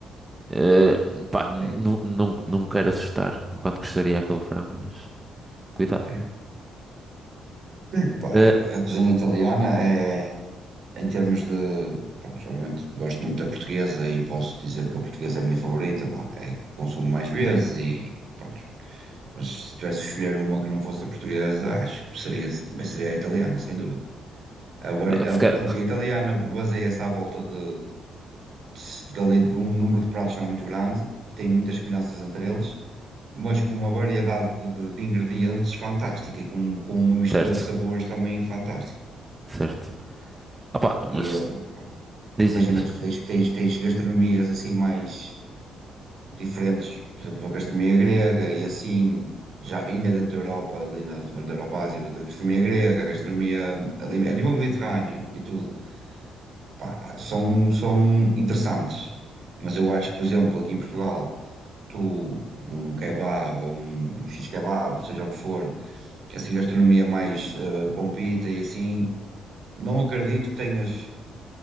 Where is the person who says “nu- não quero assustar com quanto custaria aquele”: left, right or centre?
Right